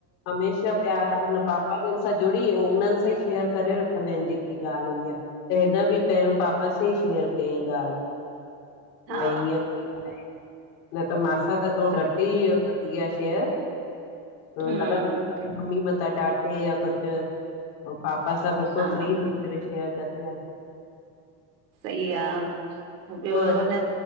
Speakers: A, on the left; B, on the right.
A: हमेशा ही प्यार हुन पापा जन सां जुड़ी ऐं उन्हन सां ई शेयर करे रखंदा आहिन जेकी ॻाल्ह हूंदी आह त हिन बी पेहरव पापा सां ई शेयर कईं ॻाल्ह
B: हा
A: भई हिंअं <unintelligible> न त मासां त थोडो
B: सही,
A: घट ई कंदी आह शेयर त
B: हम्म
A: लगत बी मतां ॾाडे <unintelligible> पो पापा सा बिल्कुल
B: हा
A: फ्री थी करे शेयर कंदी आ।
B: सही आह ॿियो
A: अचे
B: न